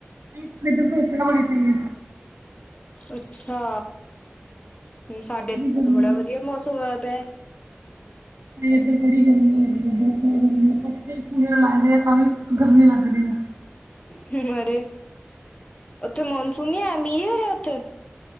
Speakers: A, on the right; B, on the left.
A: ਇੱਧਰ ਤਾਂ ਧੁੱਪ ਬੜੀ ਸੀਗੀ।।
B: ਅੱਛਾ। ਸਾਡੇ
A: ਬੜੀ ਗਰਮੀ
B: ਬੜਾ
A: ਹੋ
B: ਵਧੀਆ ਮੌਸਮ ਹੋਇਆ ਪਿਆ।
A: ਤੇ ਏਧਰ ਬੜੀ ਗਰਮੀ ਹੈ ਇ ਬਹੁਤ ਗਰਮੀ ਪੱਥੇ ਕੂਲਰਣੇ ਲੱਗਦੇ ਆ ਭਾਵੇ ਗਰਮੀ ਲੱਗਦੀ ਹੈ।
B: ਹੂ -ਹੂ ਅਰੇ। ਉੱਥੇ ਮੌਨਸੁਨ ਨਹੀ ਹੈ ਮੀਂਹ ਨਹੀਂ ਉੱਥੇ?